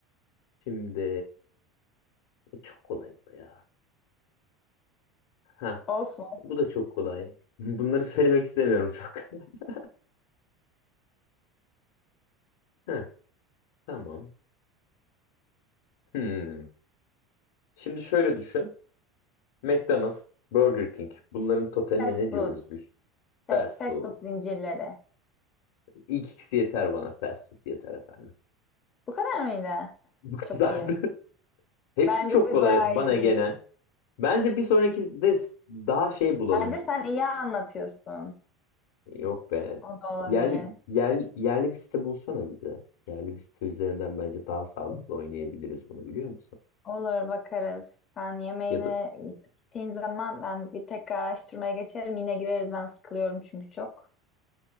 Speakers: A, on the left; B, on the left.
A: Şimdi e, çok kolay bu ya. Ha,
B: Olsun.
A: bu da çok kolay. <laughs> Bunları söylemek istemiyorum çok. <laughs> Ha, tamam. Hmm. Şimdi şöyle düşün. McDonald's, Burger King. Bunların totaline
B: Fast
A: ne
B: food.
A: diyoruz biz?
B: Şey,
A: Fast
B: fast
A: food.
B: food zincirleri.
A: İlk ikisi yeter bana. Fast food yeter efendim.
B: Bu kadar mıydı?
A: Bu kadardı.
B: Çok iyi.
A: <laughs> Hepsi
B: Bence
A: çok
B: biz
A: kolay
B: bayağı
A: bana
B: iyiyiz.
A: gelen. Bence bir sonraki de daha şey bulalım.
B: Bence sen iyi anlatıyorsun.
A: Yok be.
B: O da olabilir.
A: Yerli, yerli, yerli bir site bulsana bize. Yerli bir site üzerinden bence daha sağlıklı oynayabiliriz bunu biliyor musun?
B: Olur bakarız. Sen yemeğine
A: Ya da
B: gittiğin zaman ben bir tekrar araştırmaya geçerim. Yine gireriz. Ben sıkılıyorum çünkü çok.